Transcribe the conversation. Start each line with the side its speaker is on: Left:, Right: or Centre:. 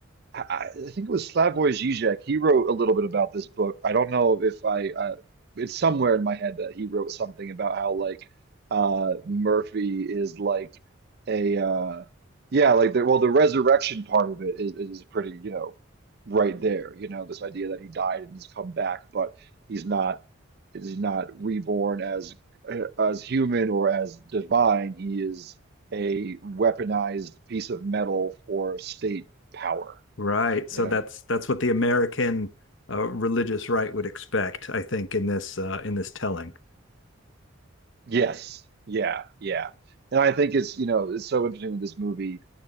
Right: I, I think it was Slavoj Žižek. He wrote a little bit about this book. I don't know if I, uh, it's somewhere in my head that he wrote something about how like uh, Murphy is like a, uh, yeah, like the, well, the resurrection part of it is, is pretty, you know, right there. You know, this idea that he died and he's come back, but he's not, he's not reborn as as human or as divine. He is a weaponized piece of metal for state power
Left: Right. So
Right: you know?
Left: that's that's what the American uh, religious right would expect, I think, in this uh, in this telling.
Right: Yes. Yeah. Yeah. And I think it's, you know, it's so interesting that this movie